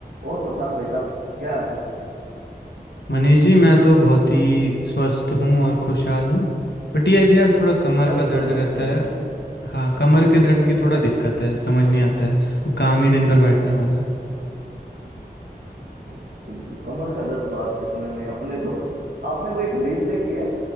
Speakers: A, on the right; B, on the left.
A: और प्रशांत भाई साहब क्या हाल है
B: मनीष जी मैं तो बहुत ही स्वस्थ हूँ और खुशहाल हूँ बट ये है कि यार थोड़ा कमर
A: स्वस्थ
B: का दर्द
A: और मस्त
B: रहता
A: रहना
B: है
A: चाहिए
B: हाँ कमर के दर्द की
A: <laughs>
B: थोड़ा
A: हाँ,
B: दिक्कत है समझ नहीं आता है अब काम ही दिन भर बैठने वाला है
A: सही है। बिल्कुल कमर का दर्द तो आज के समय में अपने तो <laughs> आपने वो एक रील देखी है